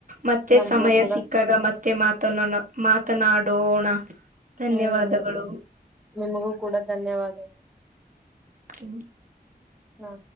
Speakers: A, on the right; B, in the centre.
A: ಮತ್ತೆ
B: ನಮಗೂ
A: ಸಮಯ
B: ಕೂಡ
A: ಸಿಕ್ಕಾಗ ಮತ್ತೆ ಮಾತೋ ಮಾತನಾಡೋಣ ಧನ್ಯವಾದಗಳು
B: ಹ್ಮ್ ನಿಮಗೂ ಕೂಡ ಧನ್ಯವಾದಗಳು
A: ಹ್ಮ
B: ಹಾ